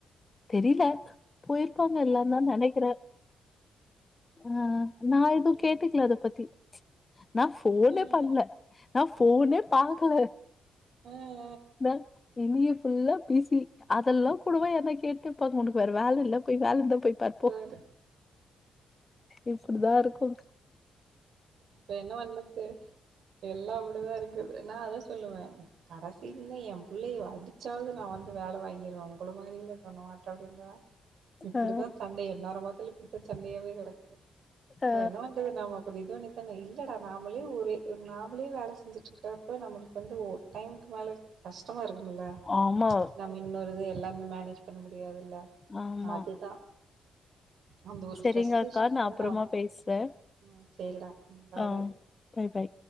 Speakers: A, on the left (about 25°); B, on the right (about 70°).
A: தெரில போயிருப்பாங்க எல்லாரு நா நெனக்கிறேன் ம் நா எதும்
B: ம்
A: கேட்டுக்கல அத பத்தி நா போனே
B: ம்
A: பண்ல நா போனே பாக்கல
B: அ
A: நா இனிய ஃபுல்லா பிசி அதெல்லா கூடவா என்ன கே ட்டு விருப்பாங்க உனக்கு வேற வேல இல்ல போய் வேல இருந்தா போய் பாரு
B: ம்
A: போ
B: ம்
A: இப்டிதா இருக்கும்
B: இப்ப என்ன பண்ணது எல்லா அப்டி தா இருக்கு நா அதா சொல்லுவே கட இல்ல என் புள்ளய அடிச்சாவது நா வந்து வேல வாங்கிருவே உங்கள மாரில பண்ண மாட்டேன் அப்டின்ருவே இப்டித்தா
A: அ
B: சண்ட எந்நேர பாத்தாலு இப்டித்தா சண்டயாவே கெடக்கு
A: அ
B: வேற என்ன பண்றது நாம எப்டி எதோ ஒன்னு இல்லடா நாமளே ஒரே ஒரு நாமளே வேல செஞ்சுட்ருக்கறப்ப நம்மளுக்கு வந்து ஒரு டைமுக்கு மேலே கஷ்டமா இருக்கும்ல
A: ஆமா
B: நம்ம இன்னொரு இது எல்லாமே மேனேஜ் பண்ண முடியாதுல்ல
A: ஆமா
B: அதுதா அந்த ஒரு
A: செரிங்கக்கா
B: ஃப்ரஸ்ட்ரேஷன்ல
A: நா அப்றமா
B: தா
A: பேசுறே
B: ம் சேரிடா ம் பாய்
A: ஆ
B: பாய்
A: பை பை